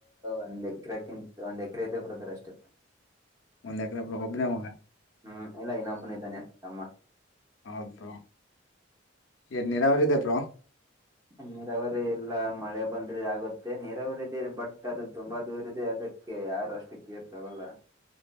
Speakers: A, on the right; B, on the left.
A: ಒಂದ್ ಎಕರೆ ಕಿಂತ ಒಂದ್ ಎಕರೆ ಇದೆ ಬ್ರದರ್ ಅಷ್ಟೆ.
B: ಒಂದ್ ಎಕ್ರೆ ಬ್ರೋ ಒಬ್ನೇ ಮಗ.
A: ಹ್ಮ್ ಇಲ ಇನ್ನೊಬ್ಬನು ಇದನೆ ತಮ್ಮ.
B: ಹೌದ್ ಬ್ರೋ ಎನ್ ನೀರಾವರಿ ಇದೆ ಬ್ರೋ
A: ನೀರಾವರಿ ಇಲ್ಲ ಮಳೆ ಬಂದ್ರೆ ಆಗುತ್ತೆ ನೀರಾವರಿದೆ ಬಟ್ ಅದು ತುಂಬಾ ದೂರ ಇದೆ ಅದಕ್ಕೆ ಯಾರು ಅಷ್ಟು ಕೇರ್ ತಗೊಲ್ಲ.